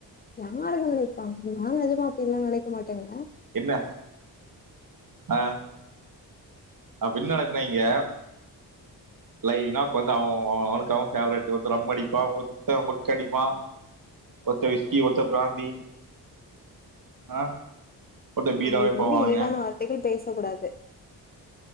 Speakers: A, on the left (about 25°); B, on the right (about 50°).
A: யாருங்க நினைப்பா நாங்க எதுக்கு அப்டிலாம் நினைப் மாட்டோங்க
B: என்ன ஆஹ் அப்பின்ன நடக்குனா இங்க லைன்னா உக்காந்து அவன் அவனுக்கு அவன் பேவரட் ஒருத்த ரம் அடிப்பான் ஒருத்தன் ஓட்கா அடிப்பான் ஒருத்தன் விஸ்கி ஒருத்தன் பிராந்தி ஆ பாத்த பீராவே
A: நம்ம இப்ப
B: போவானுங்க
A: வந்து இழிவான வார்த்தைகள் பேசக் கூடாது